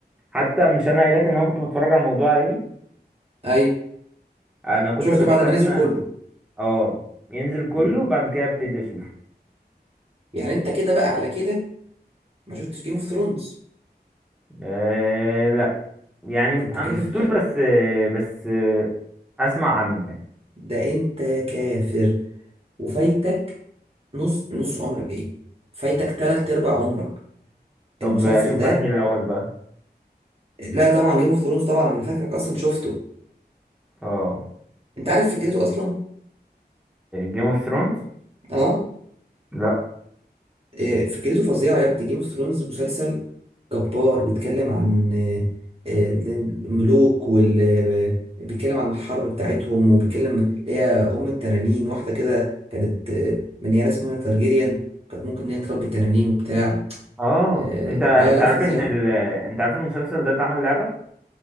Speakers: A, in the centre; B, on the right.
A: حتى مش انا قايل لك ان انا كنت بتفرج على موضوع عائلي
B: ايوه
A: انا كنت
B: شفته
A: بستنى
B: بعد ما نزل كله
A: اه ينزل كله
B: مم.
A: وبعد كده ابتدي اشوفه
B: يعني انت كده بقى على كده ما شفتش جيم اوف ثرونز
A: أه لا يعني انا
B: ده انت كافر
A: ما شفتوش بس بس آه، اسمع عنه يعني.
B: ده انت كافر وفايتك نص من نص عمرك ايه فايتك تلات ارباع عمرك
A: طب
B: المسلسل
A: اشوف
B: ده
A: انهي الاول بقى
B: لا طبعا جيم اوف ثرونز طبعا انا فاكرك اصلا شفته
A: اه
B: انت عارف فكرته اصلا
A: جيم اوف ثرونز
B: اه
A: لا
B: إيه، فكرته فظيعه يا ابني جيم اوف ثرونز مسلسل جبار بيتكلم عن آه، آه، الملوك وال آه، بيتكلم عن الحرب بتاعتهم وبيتكلم هي ام التنانين واحده كده كانت آه، منيره اسمها تارجيريان كانت ممكن ان هي تربي تنانين وبتاع
A: اه
B: آه،
A: انت انت
B: لا لا
A: عارف
B: فظيعه
A: ان ال... انت عارف ان المسلسل ده اتعمل لعبة